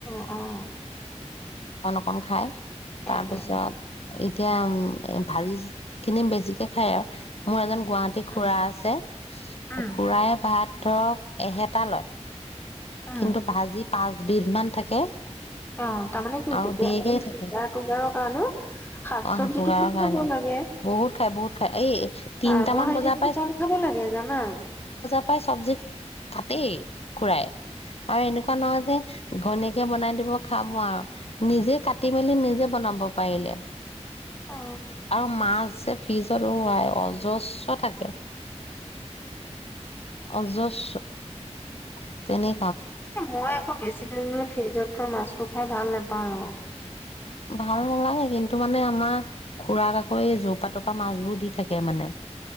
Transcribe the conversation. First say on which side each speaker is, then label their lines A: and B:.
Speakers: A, on the left (about 15°); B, on the left (about 60°).
A: অ
B: আম খায়।
A: সেইটোৱে
B: তাৰ পিছত এতিয়া উম ভাজিখিনি বেছিকে খাই আৰু মোৰ এজন গুৱাহাটীত
A: উম
B: খুৰা আছে,
A: উম
B: খুৰাই ভাত ধৰক এহেটা লয়।
A: উম
B: কিন্তু ভাজি পাজ দুবিধমান থাকে।
A: অ তাৰ মানে কি
B: আৰু
A: তেতিয়া
B: ধেৰকে থাকে
A: আৰু <unintelligible> কাৰণেও শাক
B: অ',
A: চবজিটো
B: চুগাৰৰ
A: খুব
B: কাৰণে
A: খাব লাগে
B: বহুত খাই বহুত খাই এই তিনটামান
A: কাৰ্বহাইড্ৰেটটো
B: বজাৰ
A: কম খাব লাগে জানা।
B: এ চব্জি কাতেই খুৰাই আৰু এনেকুৱা নহয় যে ঘৈণীয়েকে বনাই দিব খাম আৰু নিজে কাটি মেলি নিজে বনাব পাৰিলে।
A: অ।
B: আৰু মাছ যে ফ্ৰিজ'ত অ' আই অজস্ৰ থাকে। অজস। <unintelligible> তেনে
A: মই আকৌ বেছি দিনলৈ ফ্ৰীজ'ত মাছটো খাই ভাল নাপাওঁ আৰু
B: ভাল নালাগে কিন্তু মানে আমাৰ খুৰাক আকৌ যৌপা তৌপা মাছবোৰ দি থাকে মানে।